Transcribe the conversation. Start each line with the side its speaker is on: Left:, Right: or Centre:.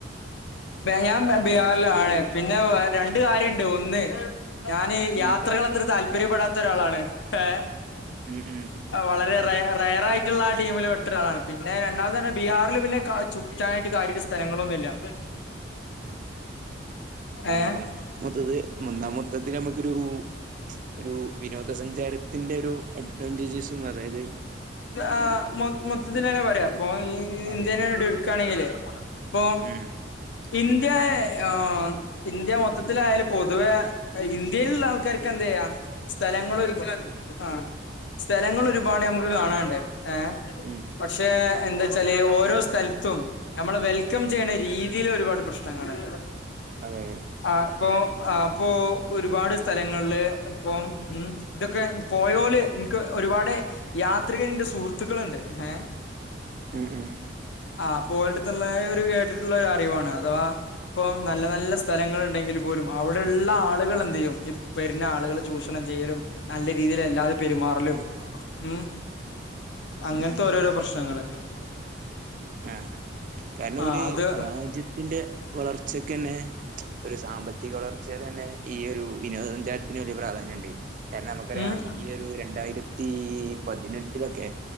Left: ഞാൻ ബീഹാറിലാണ് പിന്നെ രണ്ട് കാര്യമുണ്ട് ഒന്ന് ഞാനീ
Right: ഉം
Left: യാത്രകൾ അത്ര താല്പര്യപ്പെടാത്ത ഒരാളാണ് ഇപ്പെ...
Right: ഉം ഉം
Left: വളരെ റയറയിട്ടുള്ള ടീമിൽ പെട്ട ഒരാളാണ് പിന്നെ.... അതോണ്ട് തന്നെ ബീഹാറിൽ പിന്നെ ചുറ്റാനായിട്ട് കാര്യുള്ള സ്ഥലങ്ങളൊന്നുമില്ല!
Right: ഉം
Left: ഏഹ്
Right: മൊത്തത്തി എന്ന മൊത്തത്തിൽ നമുക്കൊരു ഒരു വിനോദ സഞ്ചാരത്തിന്റെ ഒരു അഡ്വാന്റെജുസ്, അതായത്....
Left: ആ, മൊത്തത്തിൽ തന്നെ പറയാം അപ്പൊ ഈ
Right: അതെ
Left: ഇന്ത്യനെ എടുക്കുകാണെങ്കിൽ.... ഇപ്പൊ
Right: ഉം
Left: ഇന്ത്യയെ... ആ ഇന്ത്യ മൊത്തത്തിലായാലും, പൊതുവെ ഇന്ത്യയിലുള്ള ആൾക്കാർക്ക് എന്താ ചെയ്യാ.... സ്ഥലങ്ങള് <unintelligible> സ്ഥലങ്ങള് ഒരുപാട് നമുക്ക് കാണാണ്ട് ഏ
Right: ഉം...
Left: പക്ഷെ എന്താച്ചാല്.... ഓരോ സ്ഥലത്തും.. നമ്മള് വെൽക്കം ചെയ്യണ രീതിൽ ഒരുപാട് പ്രശ്നങ്ങളുണ്ട്...
Right: അതേ...
Left: ആ ഇപ്പൊ അപ്പോ... ഒരുപാട് സ്ഥലങ്ങളില് ഇപ്പൊ ഉം.... ഇതൊക്കെ പോയോല്, എനിക്ക് ഒരുപാട് യാത്രികരുണ്ട് സുഹൃത്തുക്കളുണ്ട് ഏഹ...
Right: ഉം ഉം..
Left: ആ പോയിടതള്ളൊരു കേട്ടിട്ടുള്ള അറിവാണ് അഥവാ.... ഇപ്പം നല്ല നല്ല സ്ഥലങൾ ഉണ്ടെങ്കിൽ പോലും അവിടെള്ള ആളുകൾ എന്ത് ചെയ്യും ഈ വരുന്ന ആളുകൾ.... ചൂഷണം ചെയ്യലും നല്ല രീതിൽ അല്ലാതെ പെരുമാറലും ഉം.... അങ്ങനത്തെ
Right: ഉം ഉം
Left: ഓരോരോ പ്രശ്നങ്ങള്.....
Right: ആ... കാരണം ഓല് അങ്ങ്
Left: ആ
Right: ഒരു
Left: അത്
Right: രാജ്യത്ത.... ത്തിന്റെ വളർച്ചക്കെന്നെ ഒരു സാമ്പത്തിക വളർച്ച തന്നെ ഈ ഒരു വിനോദ സഞ്ചാര.... <unintelligible> പ്രാധാന്യംണ്ട് കാരണം നമുക്കറിയ
Left: ഉം
Right: ഈ ഒരു രണ്ടായിരത്തി <unintelligible> പതിനെട്ടിലൊക്കെ